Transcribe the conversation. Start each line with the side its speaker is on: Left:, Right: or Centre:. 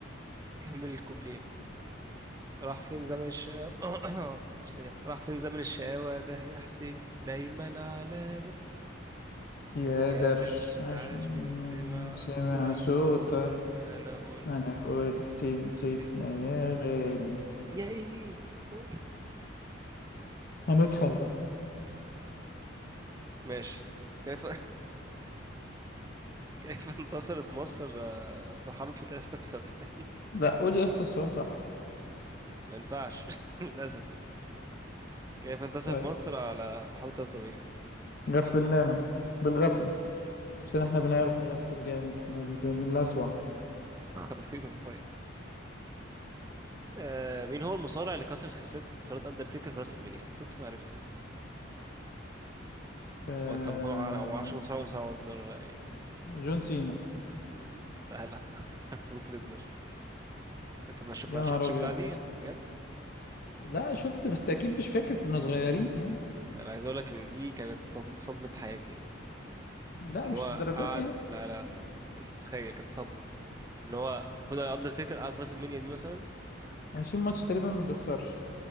Right: كمل الكوبليه راح فين زمن الشقاوة <coughs> مش ثانية واحدة. راح فين زمن الشقاوة ده يا حسين دايما على بالي
Left: يا
Right: يا
Left: درش
Right: درش
Left: عشان
Right: عاش من سمع
Left: من سمع
Right: سمع
Left: صوتك
Right: صوتك أنا قلت
Left: انا قلت نسيتنا
Right: نسيتنا
Left: يا غالي
Right: يا إيمي <laughs>
Left: هنسخن بقى
Right: ماشي كيف كيف انتصرت مصر آه، في حرب في 73
Left: لا قول يا اسطى السؤال صح
Right: ما ينفعش <laughs> للأسف يعني كيف انتصرت
Left: طيب
Right: مصر على بحوالي 73
Left: غفلناهم بالغفلة عشان احنا بنعرف نغفل جامد احنا بن- بن- بنلسوع
Right: اه <laughs> خراطيم المايه آه مين هو المصارع اللي كسر سلسلة انتصارات أندرتيكر في راس المنيا؟ المفروض تكون عارفها دي
Left: آه
Right: أو أنت ممكن عارف، أو ما أعرفش مصارع مصارع ولا انتصار ولا يعني
Left: جون سينا
Right: لا لا <laughs> بروك ليزنر أنت ما شف- ما
Left: يا
Right: شفتش
Left: نهار ابيض
Right: البتاع دي بجد؟
Left: لا شفت بس اكيد مش فاكر كنا صغيرين يعني
Right: أنا عايز أقول لك إن دي كانت صدمة صدمة حياتي يعني
Left: لا
Right: إن
Left: مش
Right: هو
Left: الدرجات
Right: قعد
Left: دي يعني.
Right: لا لا أنت مش متخيل كانت صدمة إن هو المفروض أندرتيكر قعد في راس المنيا دي مثلا
Left: 20 ماتش تقريبا ما بيخسرش